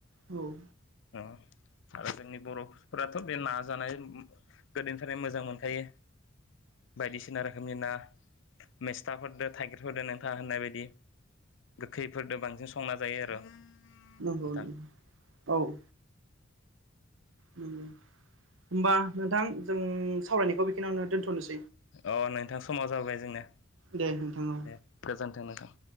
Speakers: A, on the right; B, on the left.
A: औ
B: हा <unintelligible> आरो जोंनि बर'फोराथ' बे ना जानाय गोदोनिफ्रायनो मोजां मोनखायो बायदिसिना रोखोमनि ना मेस्थाफोरदो थाइगिरफोरदो नोंथाङा होननाय बायदि गोखैफोरजों बांसिन संना जायो आरो
A: नंगौ
B: नोंथां
A: नों <unintelligible> औ होमबा नोंथां जों सावरायनायखौ बेखिनियावनो दोन्थ'नोसै
B: अ नोंथां समाव जाबोबाय जोंनि
A: दे नोंथां औ
B: दे गोजोनथों नोंथां